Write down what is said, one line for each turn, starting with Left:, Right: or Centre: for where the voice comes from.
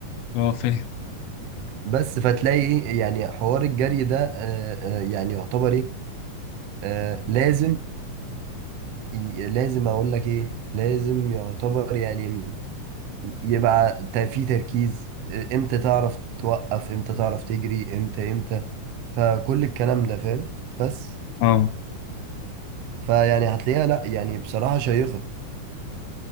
Left: اه فاهم
Right: بس فتلاقي ايه يعني حوار الجري ده آه، آه، يعني يعتبر ايه آه، لازم ي- لازم اقول لك ايه لازم يعتبر يعني يبقى تا- في تركيز آه، امتى تعرف توقف امتى تعرف تجري امتى امتى فكل الكلام ده فاهم بس
Left: اه
Right: فيعني هتلاقيها لا يعني بصراحة شيقة